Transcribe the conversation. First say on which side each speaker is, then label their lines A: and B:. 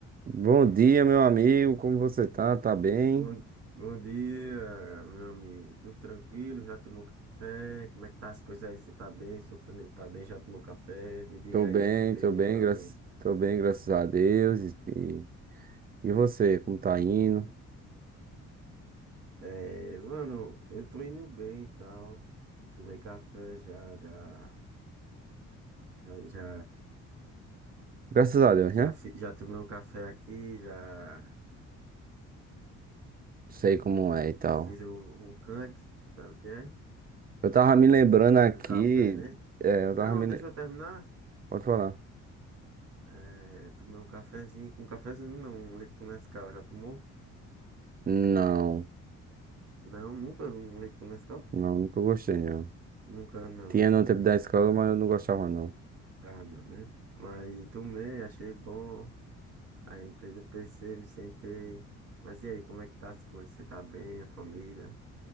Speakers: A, on the right; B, on the right.
A: Bom dia, meu amigo. Como você tá? Tá bem?
B: Bom, bom dia, meu amigo. Tudo tranquilo? Já tomou café? Como é que tá as coisas aí? Você tá bem? Sua família tá bem? Já tomou café? Me diga
A: Tô bem,
B: aí, assim, bem
A: tô bem,
B: amplamente.
A: graças, tô bem, graças a Deus. E, e e você, como tá indo?
B: É, mano, eu tô indo bem e tal. Tomei café já, já, já, já,
A: Graças a Deus,
B: já,
A: né?
B: fi- já tomei um café aqui, já
A: Sei como é e tal.
B: fiz o- um canque, sabe o que é?
A: Eu tava me lembrando aqui.
B: Um café, né?
A: É, eu tava
B: Não,
A: me.
B: deixa
A: le-
B: eu terminar.
A: Pode falar.
B: É, tomei um cafezinho, um cafezinho não, um leite com Nescau, já tomou?
A: Não,
B: Não, nunca vi um leite com Nescau?
A: não, nunca gostei, não.
B: Nunca, não.
A: Tinha no tempo da escola, mas eu não gostava, não.
B: Ah, não, né? Mas tomei, achei bom. Aí entrei no PC, me sentei. Mas e aí, como é que tá as coisas? Você tá bem, a família?